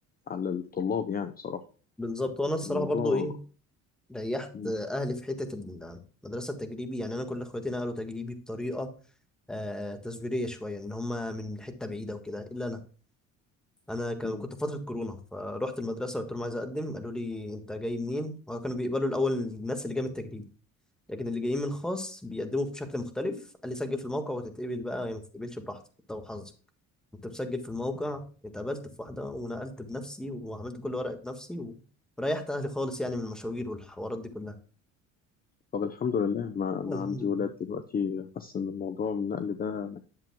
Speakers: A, on the left; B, in the centre.
A: على الطلاب يعني بصراحة
B: بالظبط وأنا الصراحة
A: الموضوع
B: برضو إيه ريحت
A: م-
B: آه، أهلي في حتة المدرسة التجريبي يعني أنا كل إخواتي نقلوا تجريبي بطريقة آه تزويرية شوية إن هم من حتة بعيدة وكده إلا أنا انا كان
A: م.
B: كنت في فتره كورونا فروحت المدرسه قلت لهم عايز اقدم قالوا لي انت جاي منين وكانوا بيقبلوا الاول الناس اللي جايه من التجريبي لكن اللي جايين من الخاص بيقدموا بشكل مختلف قال لي سجل في الموقع وتتقبل بقى يا ما تتقبلش براحتك انت وحظك كنت مسجل في الموقع اتقبلت في واحده ونقلت بنفسي وعملت كل ورقه بنفسي و- وريحت اهلي خالص يعني من المشاوير والحوارات دي كلها
A: طب الحمد لله ما, ما
B: الحمد
A: عندي
B: لله
A: ولاد دلوقتي حاسس إن الموضوع النقل ده